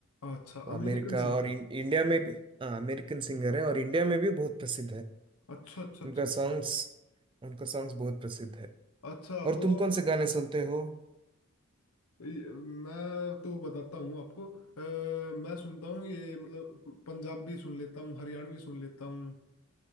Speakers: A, on the left; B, on the right.
A: अच्छा अमेरिकन
B: अमेरिका
A: सिंगर
B: और इं,
A: है
B: इंडिया में भी हाँ अमेरिकन सिंगर है और इंडिया में भी बहुत प्रसिद्ध है
A: अच्छा अच्छा अच्छा
B: उनका
A: अच्छा
B: सॉन्ग्स उनका सॉन्ग्स बहुत प्रसिद्ध है
A: अच्छा
B: और
A: वो
B: तुम कौन से गाने सुनते हो
A: ये- मैं तो बताता हूँ आपको अ, मैं सुनता हूँ ये मतलब पंजाबी सुन लेता हूँ हरियाणवी सुन लेता हूँ